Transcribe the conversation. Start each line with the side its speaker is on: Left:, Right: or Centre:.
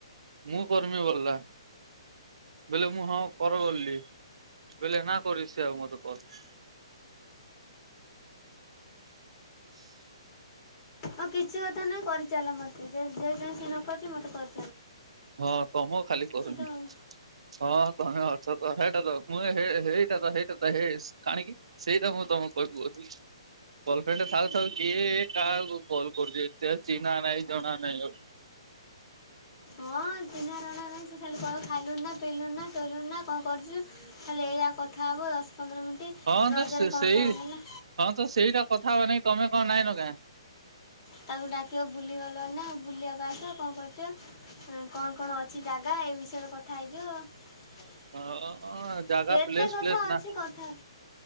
Right: ମୁଁ କର୍ମୀ ବଲା। ବୋଇଲେ ମୁଁ ହଁ କରିବି ଗଲି ବୋଇଲେ ନା କରି ସେ ଆଉ ମତେ କଲ। <inaudible>
Left: ଆଉ କିଛି କଥା ନାହିଁ କରିଚାଲ ମତେ ଯେ ଜେମିତି ନ କରୁଛି ମତେ କରିବ।
Right: ହଁ ତମକୁ ଖାଲି କରୁନି।
Left: ତ ଆଉ।
Right: ହଁ ତମେ ଅଛ ତ ହେଇଟା ତ ମୁଁ ହେଇଟା ତ ହେଇଟା ତ ହେଇ କାଣିକି। ସେଇଟା ମୁଁ ତମୁକୁ କହିବି କୋଉଥିଲି। ଗର୍ଲଫ୍ରେଣ୍ଡ ଥାଉ ଥାଉ କିଏ କାହାକୁ କଲ୍ କରୁଛି ଚିହ୍ନା ନାହିଁ ଜଣା ନାହିଁ ଆଉ।
Left: ହଁ ଚିହ୍ନା ନାଣା ନାହିଁ ସେ ଖାଲିକହିବ ଖାଇଲୁ ନା ପିଇଲୁ ନା ସୋଇଲୁଣୁ ନା କଣ କରୁଛୁ। ଖାଲି ଏଇଯା କଥା ହବ ଦଶ ପନ୍ଦର ମିନିଟ୍।
Right: ହଁ
Left: ରଜରେ
Right: ତ ସେ
Left: କଣ
Right: ସେଇ
Left: କଣ ହେଲା
Right: ହଁ ତ ସେଇଟା କଥା ହେବା ନାଗୀ ତମେ କଣ ନାଇଁ ନ ଗା।
Left: ତାକୁ ଡାକିବ ବୁଲିଗଲଣି ନା ବୁଲିବାକୁ ଆସ କଣ କରିଛ। କଣ କଣ ଅଛି ଜାଗା ଏ ବିଷୟରେ କଥା ହେଇଯିବ।
Right: ହଁ ଜାଗା
Left: କେତେ
Right: ପ୍ଲେସ୍
Left: କଥା
Right: ପ୍ଲେସ୍ ନା
Left: ଅଛି କଥା